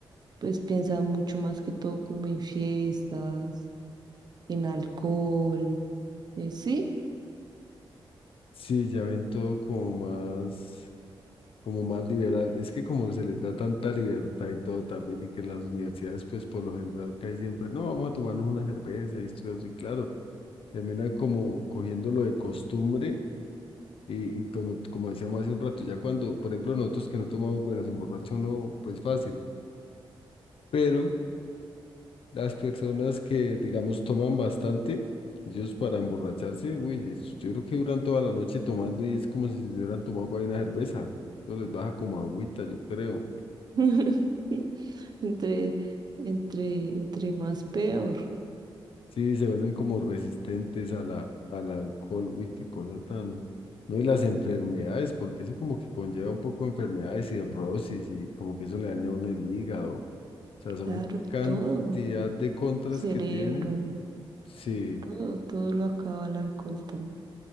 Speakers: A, on the right (about 50°); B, on the left (about 80°).
A: pues piensan mucho más que todo como en fiestas, en alcohol, eh, sí.
B: Sí, ya ven todo como más, como más liberal. Es que como se les da tanta libertad y todo también, y que en las universidades, pues por lo general cae siempre, no, vamos a tomarnos una cerveza y esto y lo otro", y claro, terminan como cogiendo lo de costumbre y, y como, como decíamos hace un rato, ya cuando, por ejemplo, nosotros que no tomamos, bueno, se emborracha uno, pues fácil, pero Las personas que, digamos, toman bastante, ellos para emborracharse, uy, es- yo creo que duran toda la noche tomando y es como si se hubieran tomado para una cerveza. Eso les baja como agüita, yo creo.
A: <laughs> Entre, entre, entre más peor.
B: Sí, se vuelven como resistentes a la, al alcohol. Uy, qué cosa tan... No, y las enfermedades, porque eso como que conlleva un poco de enfermedades, cirrosis y como que eso le daña a uno el hígado. O sea, son
A: Claro,
B: cantidad
A: todo.
B: de contras
A: Cerebro,
B: que tiene. Sí.
A: todo, todo lo acaba el alcohol también.